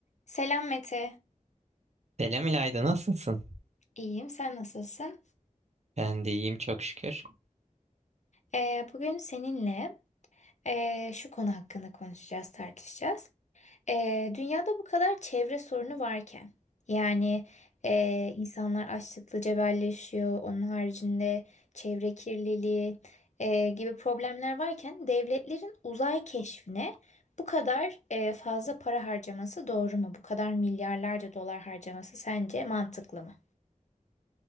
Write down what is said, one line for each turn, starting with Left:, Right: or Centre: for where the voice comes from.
Left: Selam Mete.
Right: Selam İlayda, nasılsın?
Left: İyiyim, sen nasılsın?
Right: Ben de iyiyim çok şükür.
Left: Ee, bugün seninle ee, şu konu hakkında konuşacağız, tartışacağız. Ee, dünyada bu kadar çevre sorunu varken, yani ee, insanlar açlıkla cebelleşiyor, onun haricinde çevre kirliliği ee, gibi problemler varken devletlerin uzay keşfine bu kadar ee, fazla para harcaması doğru mu? Bu kadar milyarlarca dolar harcaması sence mantıklı mı?